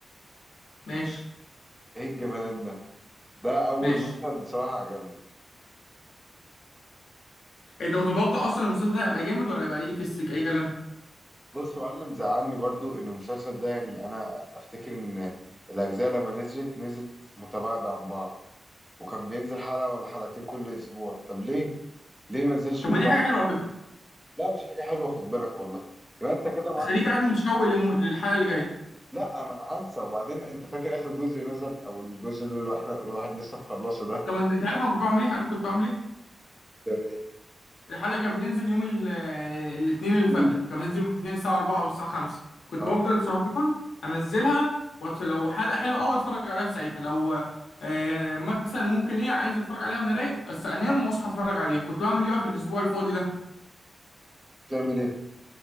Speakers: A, on the left; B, in the centre.
A: ماشي
B: ايه الجمدان ده ده اول
A: ماشي
B: مشهد بصراحه عجبني
A: إيه، انت كنت متوقع اصلا المسلسل ده هيبقى جامد ولا هيبقى ايه في السك اي كلام
B: بص يا معلم زعلني برضو ان المسلسل ده يعني انا افتكر ان الاجزاء لما نزلت نزلت متباعده عن بعض وكان بينزل حلقه ولا حلقتين كل اسبوع طب ليه ليه ما نزلش
A: طب
B: كله
A: ما دي حاجه
B: على
A: حلوه
B: بعض
A: على فكره
B: لا مش حاجه حلوه خد بالك والله يبقى انت كده معاك
A: خليك قاعد متشوق للم- للحلقه اللي جايه
B: لا ما انا هنسى وبعدين انت فاكر اخر جزء نزل او الجزء اللي الواحد الواحد لسه مخلصه ده
A: طب انت انت عارف انا كنت بعمل ايه عارف كنت بعمل ايه
B: بتعمل ايه؟
A: الحلقة كانت بتنزل يوم ال- الاثنين الفجر
B: إيه؟
A: كانت بتنزل يوم الاثنين الساعة 4 أو الساعة 5 كنت
B: اه
A: بفضل سهران أنزلها وأتف... لو حلقة حلوة أوي أتفرج عليها في ساعتها لو آه مثلا ممكن إيه عايز أتفرج عليها وأنا رايق بس أنام وأصحى أتفرج عليها كنت بعمل إيه بقى في الأسبوع الفاضي ده
B: بتعمل ايه